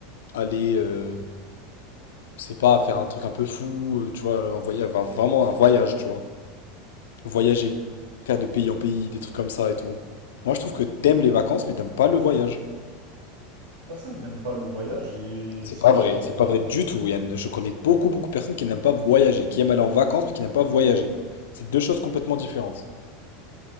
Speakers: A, on the left; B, on the right.
A: aller, euh, je sais pas, faire un truc un peu fou, euh, tu vois, en voyage, enfin, vraiment un voyage, tu vois. Voyager, faire de pays en pays, des trucs comme ça et tout. Moi, je trouve que t'aimes les vacances, mais t'aimes pas le voyage.
B: Personne n'aime pas le voyage et
A: C'est
B: si
A: pas vrai,
B: j'ai.
A: c'est pas vrai du tout. Il y a- je connais beaucoup, beaucoup de personnes qui n'aiment pas voyager, qui aiment aller en vacances, mais qui n'aiment pas voyager. C'est deux choses complètement différentes.